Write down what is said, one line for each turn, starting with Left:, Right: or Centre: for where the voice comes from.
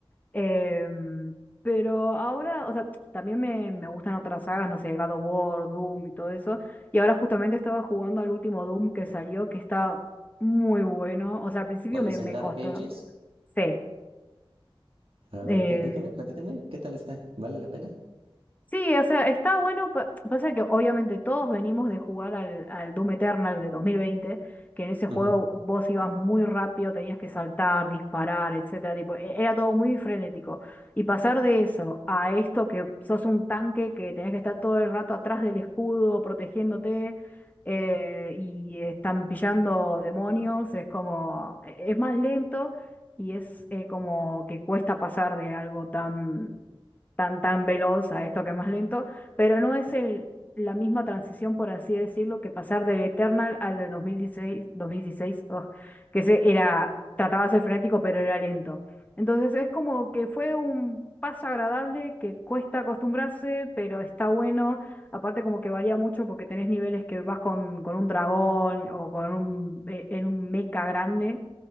Left: Em, pero ahora, o sea, también me, me gustan otras sagas, no sé, God of War, Doom y todo eso. Y ahora justamente estaba jugando al último Doom que salió, que está muy bueno. O sea, al principio
Right: ¿Cuál
Left: me,
Right: es el
Left: me
Right: Dark
Left: costó.
Right: Ages?
Left: Sí
Right: A
Left: eh,
Right: ver, platícame, platícame. ¿Qué tal está? ¿Vale la pena?
Left: Sí, o sea, está bueno. pa- Pasa que obviamente todos venimos de jugar al, al Doom Eternal de 2020, que en ese
Right: Ujú,
Left: juego vos ibas muy rápido, tenías que saltar, disparar, etcétera. Tipo, e- era todo muy frenético. Y pasar de eso a esto que sos un tanque que tenés que estar todo el rato atrás del escudo, protegiéndote, eh, y están pillando demonios, es como, e- es más lento y es eh, como que cuesta pasar de algo tan tan, tan veloz a esto que es más lento, pero no es el, la misma transición, por así decirlo, que pasar del Eternal al de 2016, 2016, ugh, que se era, trataba de ser frenético, pero era lento. Entonces es como que fue un paso agradable que cuesta acostumbrarse, pero está bueno. Aparte como que varía mucho porque tenés niveles que vas con, con un dragón o con un, eh, en un mecha grande.